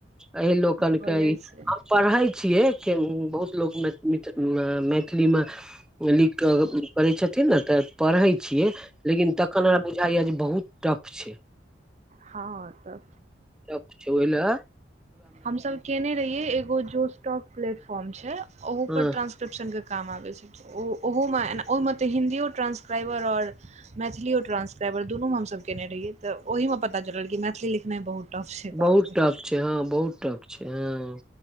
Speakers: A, in the centre; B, on the right.
A: एहि लोकनिकेँ
B: भऽ जाइ
A: ई
B: छै
A: हम पढ़ै छियै के बहुत लोक मि मि मैथिलीमे लिख कऽ करै छथिन ने तॅं पढ़ै छियै लेकिन तखन हमरा बुझाइयाए जे बहुत टफ छै
B: हँ, तॅं
A: टफ छै ओहिलए
B: हम सभ केने रहियै एगो जोश टाॅक प्लेटफॉर्म छै ओहु
A: हँ
B: पर ट्रांस्क्रिप्शन के काम आबै छै, ओ ओहुमे ओहिमे तॅं हिन्दियो ट्रान्सक्राइबर आओर मैथिलीयो ट्रांसक्राइबर दुनूमे हमसभ केयने रहियै तॅं ओहिमे पता चलल कि मैथिली लिखनाइ बहुत टफ छै,
A: बहुत
B: बाप रे!
A: टफ छै, हँ बहुत टफ छै, हँ।